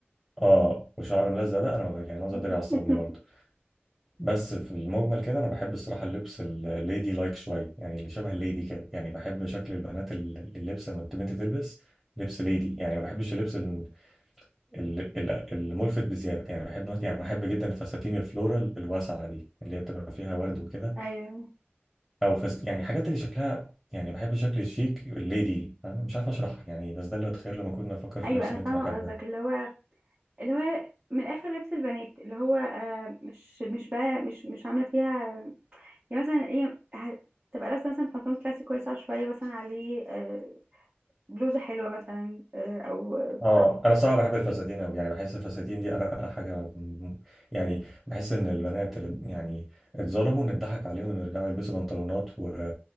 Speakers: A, in the centre; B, on the right.
A: آه، وشعر ملزق ده انا يعني المنظر
B: <laughs>
A: ده بيعصبني برضه بس في المجمل كده انا بحب الصراحه اللبس الليدي لايك شويه يعني اللي شبه الليدي كده يعني بحب شكل البنات ال- اللبس لما البنت تلبس لبس ليدي يعني ما بحبش اللبس ال- ال- ال- الملفت بزياده يعني بحب يعني بحب جدا الفساتين الفلورال الواسعه دي اللي هي بتبقى فيها ورد وكده
B: ايوه
A: او فس يعني حاجات اللي شكلها يعني بحب الشكل الشيك الليدي فاهم مش عارف اشرحها يعني بس ده اللي اتخيل لما كنا افكر في
B: ايوه
A: لبس
B: انا
A: بنت
B: فاهمه
A: بحبه
B: قصدك
A: يعني.
B: اللي هو اللي هو من الاخر لبس البنات اللي هو آه مش مش بقى مش مش عامله فيها يعني مثلا ايه ه- تبقى لابسه مثلا بنطلون كلاسيك واسع شويه مثلا عليه آه بلوزه حلوه مثلا آه او آه،
A: اه
B: صح
A: انا صراحه بحب الفساتين قوي يعني بحس الفساتين دي ارقى حاجه م- يعني بحس ان البنات اللي يعني اتظلموا ان اتضحك عليهم ان يرجعوا يلبسوا بنطلونات و...